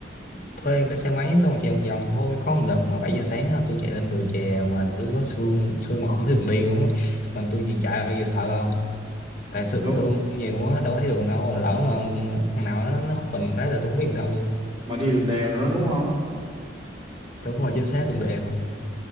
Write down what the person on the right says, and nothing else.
đúng.
Mà đi đường đèo nữa đúng không?